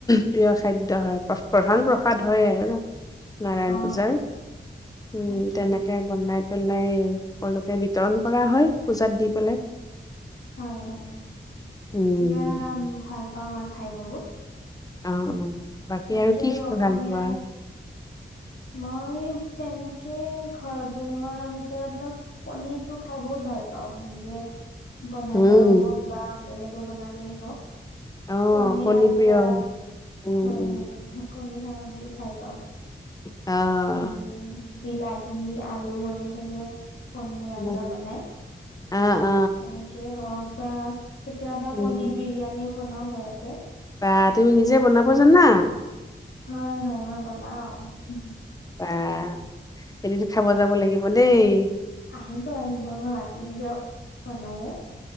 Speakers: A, on the left; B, on the left.
A: প্ৰিয় খাদ্য হয় প্ৰধান প্ৰসাদ হয় আৰু নাৰায়ণ
B: অ
A: পূজাৰ উম
B: তাকে
A: তেনেকে বনাই নাই সকলোকে বিতৰণ কৰা হয় পূজাত দি পেলাই
B: হয় হয়
A: উম,
B: এ তমা খায় বহুত
A: অ অ
B: বাকী
A: কি
B: আৰু
A: খাই
B: অসমীয়াৰ
A: ভাল পোৱা?
B: মই তেনেকে ঘৰত বনোৱাৰ ভিতৰত মই কণীটো খাই বহুত ভাল পাওঁ নিজে বনালেও
A: উম।
B: হওক বা বেলেগে বনালেই হওক
A: অ',
B: কণীৰ
A: কণী
B: আঞ্জা
A: প্ৰিয় উম,
B: হয়
A: উম,
B: হয় কণ খ বহত ভাল পাওঁ
A: অ',
B: উম বিলাহী আলু এনেকে যে কণী
A: উম,
B: আঞ্জা বনাই
A: অ অ
B: তেনেকে হবা কেতিয়াবা
A: উম,
B: কণীৰ বিৰিয়ানী বনাওঁ ঘৰতে
A: বা তুমি
B: এনেকে
A: নিজে বনাব জান না
B: হয় হয় হয় বনাও উম হু
A: আহ এদতো খাব যাব লাগিব দেই
B: আহিব আহিব মই মাতিম দিয়ক বনালে